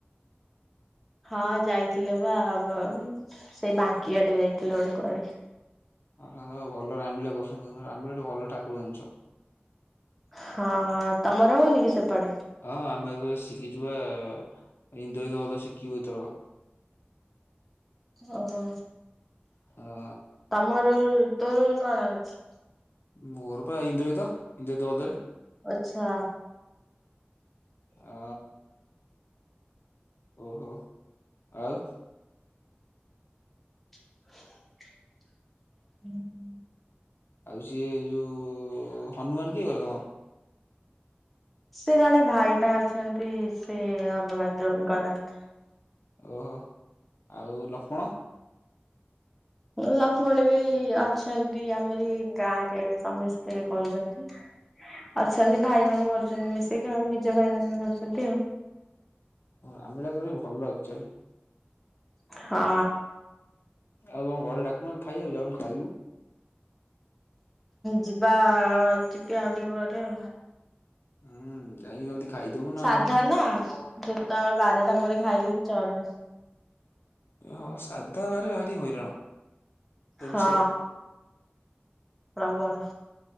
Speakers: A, in the centre; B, on the left.
A: ହଁ ଯାଇଥିଲେ ବା ଅବ ସେଇ ବାଙ୍କିଆଡେ ଯାଇଥିଲେ ଗୋଟେ କୁଆଡେ।
B: ଅହ ତମେ ଭଲ ରାମିଳ କରୁଛ <unintelligible> ରାମିଳ <unintelligible> ଭଲ ଠାକୁର ଜିନିଷ।
A: ହଁ ତମର ହଉନି କି ସେପଟେ?
B: ହଁ ଆମେ ତ ଶିଖିଛୁ ପା <unintelligible> ଶିଖିବୁ ଏଇଥରକ।
A: ଓହୋ
B: ହଁ
A: ତମ ରୋଲ ତୋ ରୋଲ କଣ ଅଛି?
B: ମୋର ପା ଇନ୍ଦ୍ରଜିତ ଇନ୍ଦ୍ରଜିତ ବୋଧେ।
A: ଓ ଆଚ୍ଛା।
B: ଅ। ଓହୋ ଆଉ।
A: ହ ହୁଁ ହୁଁ।
B: ଆଉ ସିଏ ଯୋଉ ହନୁମାନ କିଏ କରେ ତମର?
A: ସେ ଜଣେ ଭାଇଟା ଅଛନ୍ତି ସେ ହନୁମାନ ରୋଲ କରନ୍ତି।
B: ଓହୋ ଆଉ ଲକ୍ଷ୍ମଣ।
A: ଉଁ ଲକ୍ଷ୍ମଣ ବି ଅଛନ୍ତି ଆମରି ଗାଁ ରେ। ସମସ୍ତେ କରୁଛନ୍ତି ଅଛନ୍ତି ଭାଇମାନେ କରୁଛନ୍ତି ମି ଏଇ ତ ଆଉ ନିଜ ଭାଇ ମାନେ ବି କରୁଛନ୍ତି।
B: ଆମିଳା ଭଲ ଚକୁଳି ଭଲ ଆକ୍ଚୁଲି।
A: ହଁ।
B: ଆଉ ତମ ଘରେ ଡାକୁନାହାନ୍ତି ଖାଇବାକୁ ଯାଉନୁ ଖାଇବୁ?
A: ଯିବା ଯିବି ଆଉ ଟିକେ ପରେ ଆଉ।
B: ହୁଁ ଯାଇକି ଜଲଦି ଖାଇଦବୁ ନା
A: ସାଧା
B: ଆଉ।
A: ନା ଯେତବେଳେ ବାରଟା ପରେ ଖାଇଲେ ବି ଚଳିବ।
B: ହଁ ସାଧା ବାରେ ଭାରି ହଇରାଣ। ଟେନସନ।
A: ହଁ ପ୍ରବଳ।